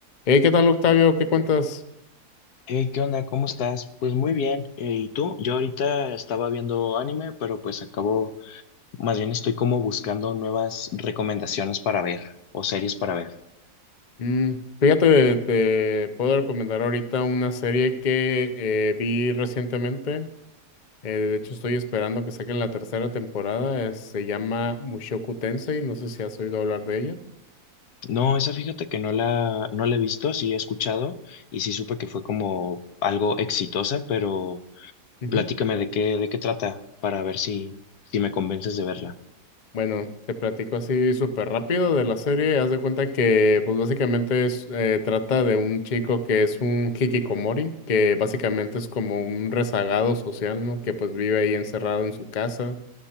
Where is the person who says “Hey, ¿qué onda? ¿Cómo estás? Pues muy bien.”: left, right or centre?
Left